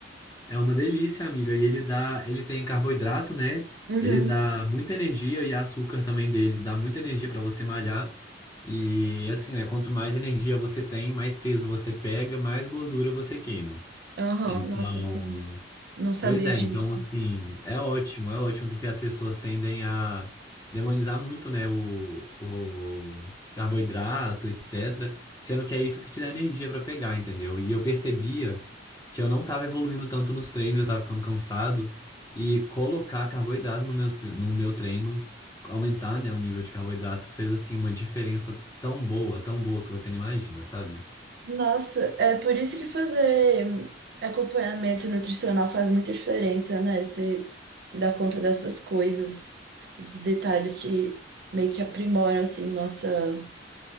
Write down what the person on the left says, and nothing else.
É uma delícia, amiga. E ele dá, ele tem carboidrato, né?
Ele dá muita energia e açúcar também dele dá muita energia pra você malhar. E assim, né? Quanto mais energia você tem, mais peso você pega, mais gordura você queima.
Então,
Pois é,
então assim, é ótimo, é ótimo, porque as pessoas tendem a demonizar muito, né, o, o carboidrato, etc. Sendo que é isso que te dá energia pra pegar, entendeu? E eu percebia que eu não tava evoluindo tanto nos treinos, eu tava ficando cansado, e colocar carboidrato no meu, no meu treino, aumentar, né, o nível de carboidrato, fez assim uma diferença tão boa, tão boa que você não imagina, sabe?